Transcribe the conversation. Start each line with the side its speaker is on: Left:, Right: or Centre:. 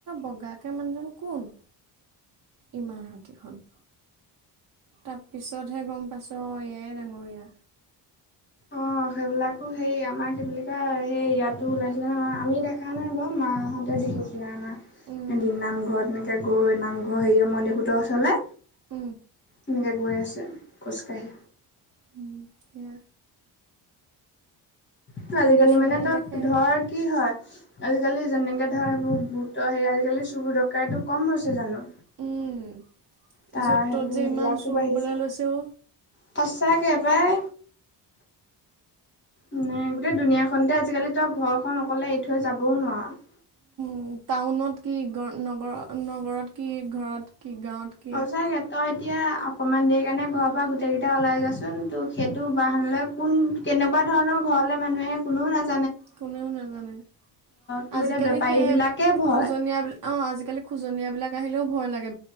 Right: বগাকে মানুহজন কোন ইমান ৰাতিখন তাৰ পিছতহে গম পাইছো এয়াই ডাঙৰীয়া
Left: অঁ সেইবিলাকটো সেই আমাৰ কি বুলি কয় সেই ইয়াত টো ওলাইছিলে ন আমি দেখা নাই বাৰু মা হঁতে দেখিছিলে আমাৰ
Right: উম,
Left: এদিন নামঘৰত এনেক গৈ নামঘৰ হেৰি মণিকূটৰ ওচৰলে
Right: উম
Left: এনেকে গৈ আছে খোজকাঢ়ি
Right: উম সেয়া
Left: ত আজিকালি
Right: সেই কিছুমানে
Left: মানে তাত
Right: দেখে
Left: ধৰ কি হয় আজিকালি যেনেকে ধৰ এইবোৰ ভুতৰ সে আজিকালি চুৰ ডকাইতো কম হৈছে জানো
Right: উম
Left: তাৰ
Right: য'ত ত'ত
Left: সেইবোৰ
Right: যে
Left: সেইবিলাকো
Right: ইমান চোৰ
Left: বাঢ়িছে
Right: হ'বলৈ লৈছে অ
Left: সঁচাকে পাই উম গোটেই দুুনীয়াখনতে আজিকালি তই ঘৰখন অকলে এৰি থৈ যাবও নোৱাৰ।
Right: উম টাউনত কি গ নগ নগৰত কি ঘৰত কি গাঁৱত কি
Left: সঁচাকে তই এতিয়া অকমান দেৰি কাৰণে ঘৰৰ পৰা গোটেইকেইটা ওলাই যাচোন তো সেইটো বাহানা লৈ কোন কেনেকুৱা ধৰণৰ ঘৰলে মানুহ আহে কোনেও নাজ
Right: কোনেও নাজানে
Left: তোৰ
Right: আজিকালি
Left: এতিয়া বেপাৰী
Right: সেই
Left: বিলাকে ভয়
Right: খোজনীয়া বিল অ' আজিকালি খোজনীয়া বিলাক আহিলেও ভয় লাগে।